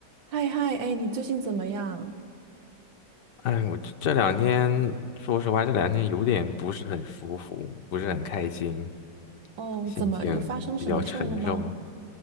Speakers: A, on the right; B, on the left.
A: 嗨嗨，哎，你最近怎么样？
B: 哎，我这这两天，说实话，这两天有点不是很舒服，不是很开心，
A: 哦，
B: 心情比较沉重。
A: 怎么又发生什么事儿了吗？